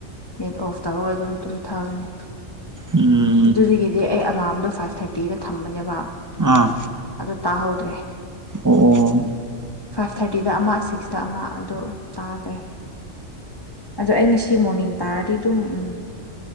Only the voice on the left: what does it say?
ꯅꯦꯠ ꯑꯣꯐ ꯇꯧꯔꯒ ꯑꯗꯨꯝ ꯇꯨꯝꯊꯕꯅꯤ
ꯑꯗꯨꯒꯤꯗꯤ ꯑꯩ ꯑꯂꯥꯔꯝꯗꯣ ꯐꯥꯏꯚ ꯊꯥꯔꯇꯤꯗ ꯊꯝꯕꯅꯦꯕ
ꯑꯗꯨ ꯇꯥꯍꯧꯗ꯭ꯔꯦ
ꯐꯥꯏꯚ ꯊꯥꯔꯇꯤꯗ ꯑꯃ ꯁꯤꯛꯁꯇ ꯑꯃ ꯑꯗꯨ ꯇꯥꯗ꯭ꯔꯦ ꯑꯗꯣ ꯑꯩ ꯉꯁꯤ ꯃꯣꯔꯅꯤꯡ ꯇꯥꯔꯗꯤ ꯑꯗꯨꯝ ꯎꯝ